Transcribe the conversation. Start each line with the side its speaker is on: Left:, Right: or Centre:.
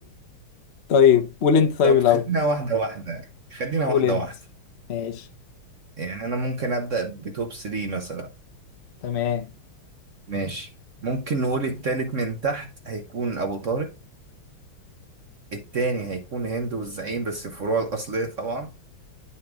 Left: طيب قول انت طيب
Right: طب
Left: الأول
Right: خلينا واحدة واحدة يعني. خلينا
Left: قول
Right: واحدة
Left: انت
Right: واحدة
Left: ماشي
Right: يعني انا ممكن ابدأ بتوب 3 مثلا
Left: تمام
Right: ماشي ممكن نقول التالت من تحت هيكون ابو طارق التاني هيكون هند والزعيم بس الفروع الأصلية طبعا